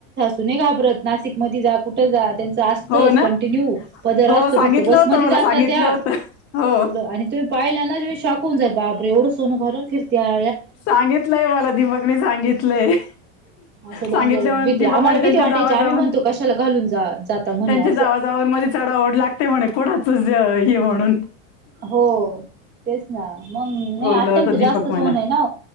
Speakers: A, on the right (about 25°); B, on the left (about 35°).
A: तु घाबरत नाशिक मध्ये जा कुठं जात. त्यांचं असतंच
B: हो ना
A: कंटिन्यू पदर
B: हो
A: असतो
B: सांगितलं
A: फक्त बसमध्ये
B: होतं मला
A: जातात
B: सांगितलं
A: त्या
B: होतं हो
A: एडं आणि तुम्ही पाहिला ना मी शकवून जाईल बाबरे एवढं सोनं करून फिर त्या
B: सांगितलंय मला दीपकनी सांगितलंय.
A: असं डेंजर
B: सांगितले म्ह
A: भीती
B: दीपक
A: आम्हाला
B: म्ह
A: भीती
B: त्यांच्या
A: वाटायची
B: जावा
A: आम्ही
B: जाऊन
A: म्हणतो कशाला घालून जा जाता म्हणे
B: त्यांच्या
A: असं
B: जावा. ज म चढाओढ लागते म्हणे कोणाच हे म्हणून
A: हो तेच ना मग नाही
B: बोललं
A: अत्यंत
B: होत दीपक
A: जास्त
B: मला
A: सोन आहे ना